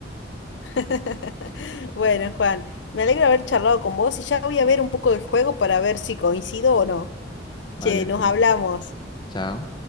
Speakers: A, on the left; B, on the left.
A: <laughs> Bueno, Juan, me alegra haber charlado con vos y ya voy a ver un poco del juego para ver si coincido o no.
B: Vale,
A: Che, nos
B: Cori.
A: hablamos.
B: Chao.